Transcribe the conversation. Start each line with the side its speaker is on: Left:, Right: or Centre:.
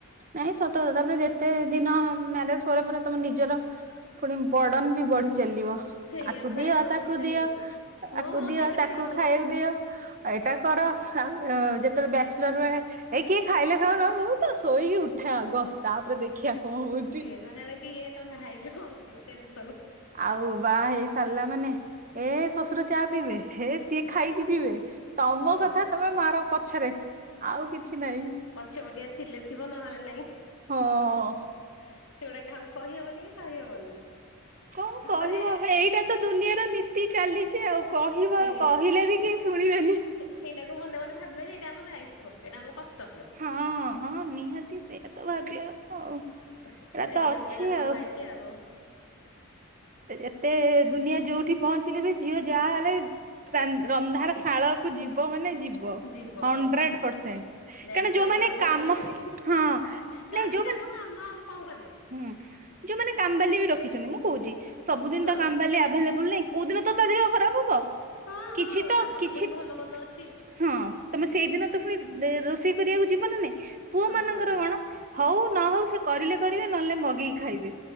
Right: ନାଇଁ ସତ କଥା ତାପରେ ଯେତେ ଦିନ ମ୍ୟାରେଜ ପରେ ପର କରି ତମ ନିଜର ପୁଣି ବର୍ଡ଼ନ ବି ବଢ଼ି ଚାଲିବ।
Left: ସେଇଆ
Right: ଆକୁ
Left: ପା ଦାୟିତ୍ୱ
Right: ଦିଅ, ତାକୁ
Left: ବଢି ଚାଲିବ।
Right: ଦିଅ,
Left: ହଁ
Right: ଆକୁ
Left: ହଁ
Right: ଦିଅ,
Left: ସେଗୁଡା
Right: ତାକୁ
Left: ସେଗୁଡା ହଁ
Right: ଖାଇବାକୁ ଦିଅ। ଏଇଟା କର ଆଉ ଯେତେବେଳେ ବ୍ୟାଚଲର ବେଳେ ଏ କିଏ ଖାଇଲେ ଖାଉନ ମୁଁ ତ ଶୋଇକି ଉଠେ ଆଗ ତାପରେ ଦେଖିବା କଣ ହଉଛି
Left: ବାା କି ବା ହେଇକ କଣ ଅଧିକ ଟେନସନ
Right: ଆଉ ବାହା ହେଇ ସାରିଲା ମାନେ ଏ ଶଶୁର ଚା ପିଇବେ ଏ ସିଏ ଖାଇକି ଯିବେ ତମ
Left: ହଁ
Right: କଥା ତମେ ମାର ପଛରେ ଆଉ କିଛି ନହିଁ
Left: ଚଟିଆ ଥିଲେ ଥିବ ନହେଲେ ନାଇଁ। ସେଗୁଡା
Right: ହଁ
Left: କାହାକୁ କହିହବନି କି ସହିହବନି।
Right: ହଁଣ
Left: ତାପରେ
Right: କହିବ ଭ ଏଇଟା ତ ଦୁନିଆର ନୀତି ଚାଲିଛି ଆଉ। କହିବ
Left: ସେଇଆ
Right: କହିଲେ
Left: ପା।
Right: ବି କେହି ଶୁଣିବେନି
Left: ସେଇଟାକୁ ମନ ମନେ ଭାବିଲୁ ଯେଇଟା ଆମ ଦାୟିତ୍ୱ ଏଇଟା ଆମ କର୍ତ୍ବ୍ୟ
Right: ହଁ ହଁ ନିହାତି ସେଇଟା ତ ଭାବିବା କଥା ଆଉ ଏଇଟା
Left: ଆଉ କଣ କରିବା
Right: ତ
Left: ଝିଅ
Right: ଅଛି
Left: ପିଲା ଜନ୍ମ
Right: ଆଉ।
Left: ପାଇଛି ଆଉ
Right: ଏତେ ଦୁନିଆ ଯୋଉଠି ପହଞ୍ଚିଲେ ବି ଝିଅ ଯାହା ହେଲେ ରନ୍ଧାର ଶାଳ କୁ ଯିବ ମାନେ ଯିବ
Left: ଯିବ
Right: ହଣ୍ଡେଡ
Left: ହଁ।
Right: ପରସେଣ୍ଟ
Left: ଯାଇକି
Right: କ ଯୋଉମାନେ
Left: ଚନ୍ଦ୍ରରେ ପହଞ୍ଚିଗଲେ
Right: କାମ ହଁ
Left: ବି କାରଣ
Right: ନାଇଁ
Left: ସେଇଟା
Right: ଯୋଉମାନେ
Left: ଆମ କାମ ଆଉ କଣ କରିବା।
Right: ହୁଁ ଯୋଉମାନେ କମ୍ବାଲି ବି ରଖିଛନ୍ତି ମୁଁ କହୁଛି ସବୁଦିନ
Left: ହଁ
Right: ତ କମ୍ବାଲି ଆ ଭଲେବଲ ନାଇଁ କୋଉ ଦିନ ତ ତା ଦେହ ଖରାପ ହବ
Left: ହଁ
Right: କିଛି
Left: ହଁ
Right: ତ
Left: ତାଙ୍କର
Right: କିଛି
Left: ପୁଣି ଭଲ ମନ୍ଦ ଅଛି
Right: ହଁ ତମେ ସେଇଦିନ ତ ପୁଣି ରୋଷେଇ କରିବାକୁ ଯିବନ ନାଇଁ। ପୁ
Left: ହଁ।
Right: ମନଙ୍କର କଣ। ହଉ ନ ହଉ ସେ କରିଲେ କରିବେ ନହେଲେ ମଗେଇକି ଖାଇବେ